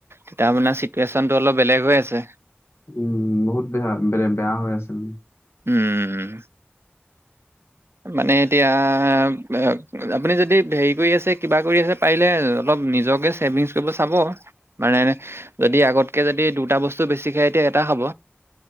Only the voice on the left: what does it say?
উম, বহুত বেয়া বেলে বেয়া হৈ আছে মানে।